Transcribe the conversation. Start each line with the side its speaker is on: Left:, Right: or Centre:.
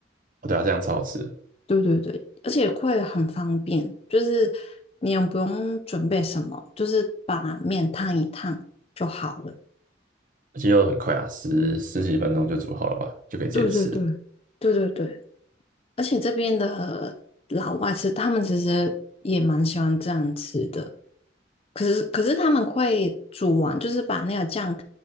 Right: 哦，对啊，这样超好吃。
Left: 对对对，而且会很方便，就是你也不用准备什么，就是把面烫一烫就好了。
Right: 鸡肉很快啊，十十几分钟就煮好了吧，就可以直接吃，
Left: 对对对，对对对，而且这边的老外吃，他们其实也蛮喜欢这样吃的。可是可是他们会煮完，就是把那个酱